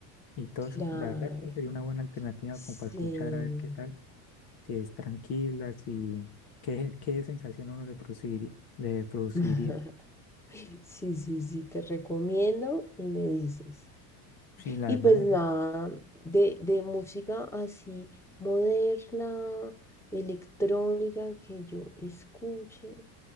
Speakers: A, on the left; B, in the centre.
A: y todo
B: Claro,
A: eso. La verdad es que sería una buena alternativa
B: sí.
A: como para escuchar a ver qué tal, si es tranquila, si, qué, qué sensación a uno le produciría, le produciría.
B: <laughs> Sí, sí, sí, te recomiendo y me dices.
A: Sí, la
B: Y
A: verdad,
B: pues nada, de, de música así moderna, electrónica que yo escuche.